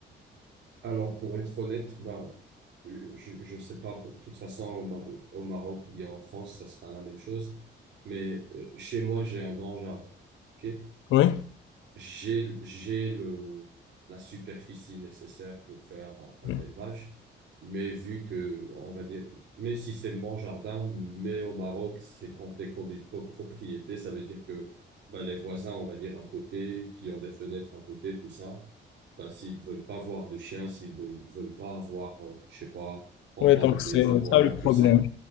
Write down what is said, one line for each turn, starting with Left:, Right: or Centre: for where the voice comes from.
Right: Alors, pour être honnête, ben, euh, je, je sais pas, de toute façon, au, Mar- au Maroc ou bien en France, ça sera la même chose, mais euh, chez moi, j'ai un grand jardin. ok
Left: Oui?
Right: j'ai, j'ai le, la superficie nécessaire pour faire un un
Left: Oui,
Right: élevage. Mais vu que, on va dire, mais si c'est mon jardin, mais au Maroc, c'est compté comme une copropriété, ça veut dire que, bah, les voisins, on va dire, à côté, qui ont des fenêtres à côté, tout ça, bah, s'ils veulent pas voir de chiens, s'ils veulent, veulent pas avoir, euh, je sais pas, entendre
Left: Ouais, donc c'est
Right: des aboiements,
Left: ça le
Right: tout
Left: problème.
Right: ça,